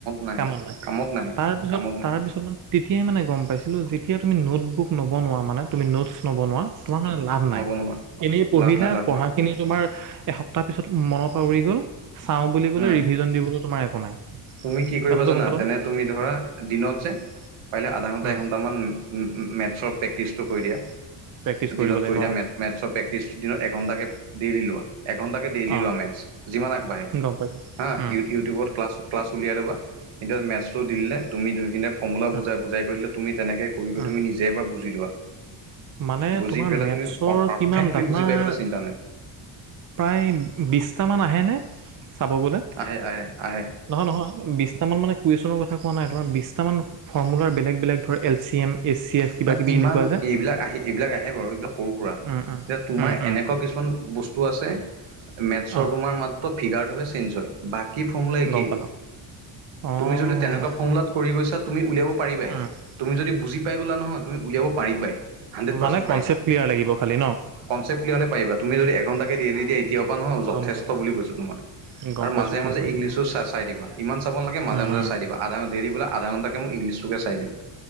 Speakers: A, on the right; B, on the right.
A: নাহে
B: কামত নাই।
A: নাহে
B: তাৰ পিছত
A: কামত নাহে
B: তাৰ পিছত মানে তেতিয়াই মানে গম পাইছিলো যেতিয়া তুমি নোট বুক নবনোৱা মানে তু মি নোটচ নবনোৱা তোমাৰ মানে লাভ নাই।
A: নবনোৱা
B: এনে পঢ়িলা
A: লাভ নাই লাভ
B: পঢ়া
A: নাই
B: খিনি তোমাৰ এসপ্তাহ পিছত মনৰ পৰা উৰি গ'ল, চাওঁ বুলি ক'লো
A: উম
B: ৰিভিজন দিবলৈ তোমাৰ একো নাই।
A: তুমি কি কৰিবা
B: কথাটো
A: জানা
B: গম পালা
A: তেনে
B: নে
A: তুমি ধৰা দিনত যে পাৰিলে আধা ঘন্টা
B: উম
A: এঘন্টামান মেথছৰ প্ৰেক্টিচটো কৰি দিয়া
B: প্ৰেক্টিচ কৰিব
A: দিনত
B: লাগিব
A: কৰি দিয়া
B: অ
A: মে মেথছৰ প্ৰেক্টিছ দিনত এঘণ্টাকৈ ডেইলি লোৱা। এঘণ্টাকৈ ডেইলি
B: অ
A: লোৱা মেটছ যিমান আগবাঢ়ে
B: গম পাইছোঁ
A: হা
B: উম
A: ইউ ইউটিউবত ক্লাছ ক্লাছ উলিয়াই ল'বা। এতিয়া মেথছটো দি দিলে তুমি ত' সেইখিনি ফৰ্মুলাুঅ
B: উম
A: বুজাই বুজাই কৰি দিলে তুমি তেনেকৈ কৰি
B: উম
A: তুমি
B: উম
A: নিজে এবাৰ বুজি লোৱা।
B: মানে
A: বুজি
B: তোমাৰ
A: পেলাই
B: মেথছৰ
A: তুমি পাৰফেক্টলি
B: কিমানটা
A: বুজি
B: তোমাৰ
A: পাই গ'লে চিন্তা নাই
B: প্ৰায় বিছটামান আহেনে চাব গ'লে?
A: আহে আহে আহে।
B: নহয় নহয় বিছটামান মানে কুৱেশ্যনৰ কথা কোৱা নাই তোমাৰ বিছটামান ফৰ্মুলাৰ বেলেগ বেলেগ ধৰক L C M S C F কিবা
A: মানে
B: কিবি
A: ইমান
B: এনেকুৱা যে
A: এইবিলাক আহি এইবিলাক আহে বাৰু এইবিলাক সৰু সুৰা
B: উম
A: এতিয়া তোমাৰ
B: উম উম উম
A: এনেকুৱা কিছুমান বস্তু আছে মেথছৰ
B: অঁ
A: তোমাৰ মাত্ৰ ফিগাৰটোহে চেঞ্জ হয়। বাকী ফৰ্মুলা একেই,
B: গম পালোঁ অঁ
A: তুমি যদি তেনেকুৱা ফৰ্মুলাত কৰি গৈছা তুমি উলিয়াব পাৰিবাই
B: উম
A: তুমি যদি বুজি পাই গলা নহয় তুমি উলিয়াব পাৰিবাই। হাণ্ড্ৰেড পাৰ্চেণ্ট
B: মানে কনচেপ্ট
A: পাৰিবা।
B: ক্লিয়াৰ লাগিব খালি ন?
A: কনচেপ্ট ক্লিয়াৰল হলে পাৰিবা তুমি যদি এঘণ্টাকে দেইলি দি এতিয়াৰ পৰা ন' যথেষ্ট
B: গম পালোঁ
A: বুলি কৈছো তোমাৰ।
B: গম
A: আৰু
B: পাইছোঁ
A: মাজে
B: গম
A: মাজে
B: পাইছোঁ
A: ইংলিছো চ চাই দিবা, ইমান চাব নালাগে মাজে
B: উম
A: মাজে চাই দিবা। আধা দেইলি বোলে আধাঘণ্টাকে মই ইংলিছটোকে চাই দিও।